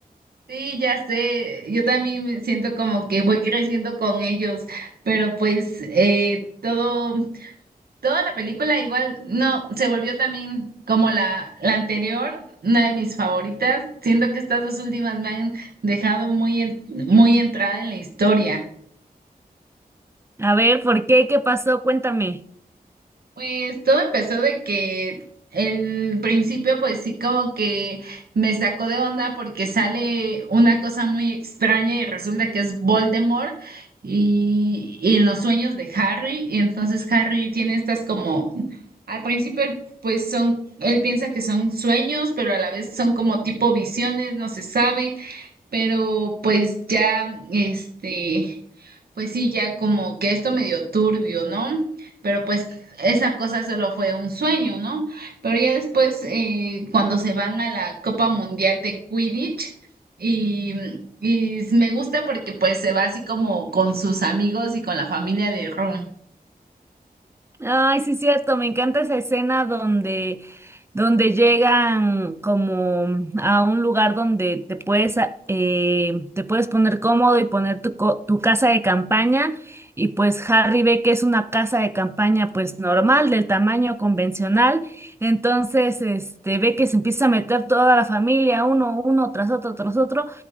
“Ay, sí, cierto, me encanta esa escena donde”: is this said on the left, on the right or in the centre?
Right